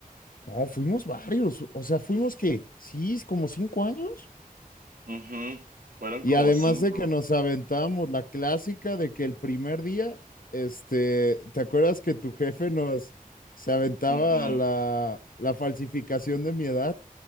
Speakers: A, on the left (about 65°); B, on the right (about 65°).
A: No, fuimos varios, o sea, fuimos que, sí, como cinco años.
B: Ujú, Fueron
A: Y
B: como
A: además
B: cinco.
A: de que nos aventamos la clásica de que el primer día, este, ¿te acuerdas que tu jefe nos se aventaba
B: Ujú,
A: la, la falsificación de mi edad